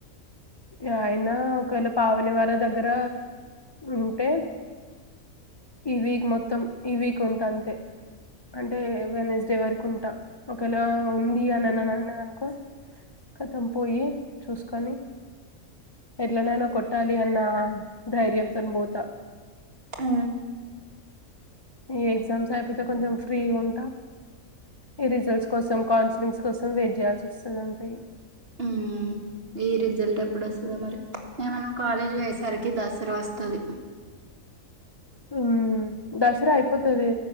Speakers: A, on the left; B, on the right.
A: ఇగ అయినా ఒకవేళ పావని వాళ్ళ దగ్గర ఉంటే ఈ వీక్ మొత్తం ఈ వీక్ ఉంటా అంతే అంటే వెనస్డే వరకుంటా ఒకేలా ఉంది అని అన్న ననుకో కథం పోయ్యి చూస్కొని ఎట్లనైనా కొట్టాలి అన్న ధైర్యంతోన్ బోతా
B: ఆ
A: ఇగ ఎగ్జామ్స్ అయిపోతే కొంచం ఫ్రీగుంట ఈ రిజల్ట్స్ కోసం కౌన్సిలింగ్స్ కోసం వేట్ జేయాల్సి ఒస్తదంతే ఇగ
B: మ్ ఈ రిజల్ట్ ఎప్పుడొస్తదో మరి ఇగ మనం కాలేజ్ వోయేసరికి దసర వొస్తది
A: హ్మ్ దసరా అయిపోతది